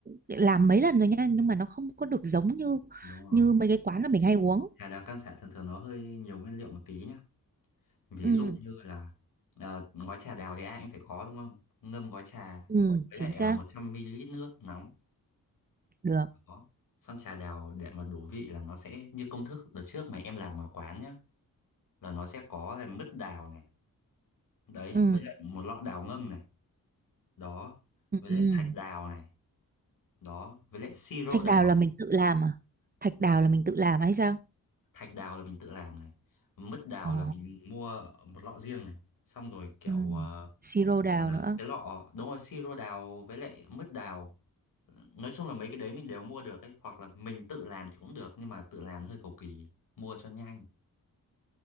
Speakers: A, on the right; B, on the left.
A: làm mấy lần rồi nha nhưng mà nó không có được giống như
B: Đúng rồi.
A: như mấy cái quán là mình hay uống
B: Trà đào cam sả thường thường nó hơi nhiều nguyên liệu một tí nhá. Ví
A: ừ
B: dụ như là ờ, gói trà đào thì ai cũng phải có đúng không? Ngâm gói trà
A: ừ
B: với
A: chính
B: lại
A: xác
B: ờ, 100ml nước nóng.
A: được
B: Đó. Xong trà đào để mà đủ vị là nó sẽ như công thức đợt trước mà em làm ngoài quán nhá. Là nó sẽ có là mứt đào này. Đấy,
A: ừ
B: với lại một lọ đào ngâm này. Đó.
A: ừ,
B: Với lại
A: ừ.
B: thạch đào này. Đó. Với lại siro
A: thạch
B: đào.
A: đào là mình tự làm à thạch
B: Dạ.
A: đào là mình tự làm hay sao
B: thạch đào là mình tự làm này mứt đào
A: ồ
B: là mình mua một lọ riêng này xong rồi kiểu
A: ừ.
B: ờ,
A: siro đào
B: kiểu là
A: nữa
B: cái lọ đúng rồi siro đào với lại mứt đào nói chung là mấy cái đấy mình đều mua được ấy hoặc là mình tự làm thì cũng được nhưng mà tự làm hơi cầu kỳ mua cho nhanh